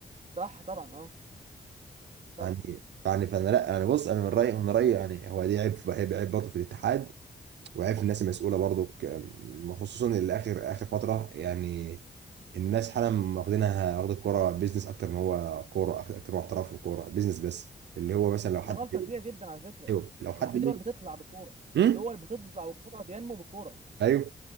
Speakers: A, on the right; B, on the right.
A: صح طبعا اه طبعا
B: يعني يعني فانا لا انا بص انا من رايي من رايي يعني هو دي عيب عيب عيب برضه في الاتحاد وعارف الناس المسؤوله برضو خصوصا اللي اخر اخر فتره يعني الناس حالا واخدينها واخد الكوره بيزنس اكتر ما هو كوره اكتر ما هو احتراف وكوره بيزنس بس اللي هو مثلا لو
A: ده
B: حد
A: غلطه كبيره جدا على فكره
B: ايوه لو
A: احنا
B: حد
A: في
B: مين
A: دول بتطلع بالكوره
B: امم
A: دول بتطلع واقتصادها بينمو بالكوره
B: ايوه